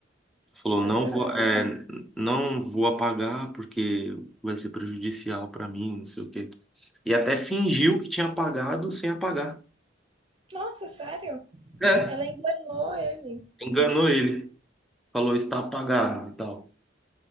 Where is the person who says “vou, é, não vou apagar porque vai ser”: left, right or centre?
Centre